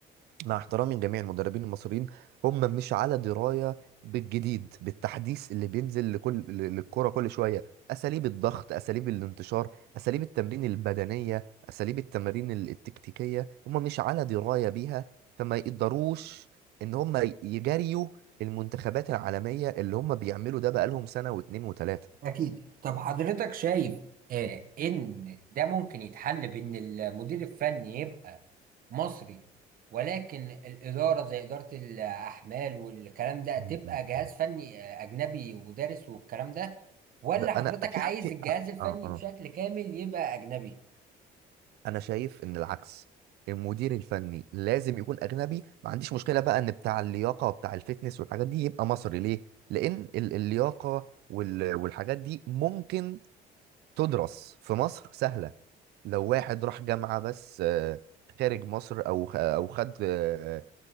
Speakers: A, on the right (about 75°); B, on the right (about 55°).
A: مع احترامي لجميع المدربين المصريين هم مش على درايه بالجديد بالتحديث اللي بينزل لكل للكره كل شويه اساليب الضغط اساليب الانتشار اساليب التمرين البدنيه اساليب التمارين ال- التكتيكيه هم مش على درايه بيها فما يقدروش ان هم يجاريوا المنتخبات العالميه اللي هم بيعملوا ده بقالهم سنه واتنين وتلاته
B: أكيد طب حضرتك شايف آه إن ده ممكن يتحل بإن المدير الفني يبقى مصري ولكن الإدارة زي إدارة الأحمال والكلام ده
A: م-
B: تبقى
A: م-
B: جهاز
A: م.
B: فني آه، أجنبي ودارس والكلام ده ولا
A: ده
B: حضرتك
A: انا في
B: عايز
A: ح- في
B: الجهاز
A: اه
B: الفني
A: اه
B: بشكل كامل يبقى أجنبي؟
A: انا شايف ان العكس المدير الفني لازم يكون اجنبي ما عنديش مشكله بقى ان بتاع اللياقه وبتاع الفتنس والحاجات دي يبقى مصري ليه لان ال- اللياقه وال- والحاجات دي ممكن تدرس في مصر سهلة لو واحد راح جامعة بس آه، خارج مصر أو خ- أو خد آه،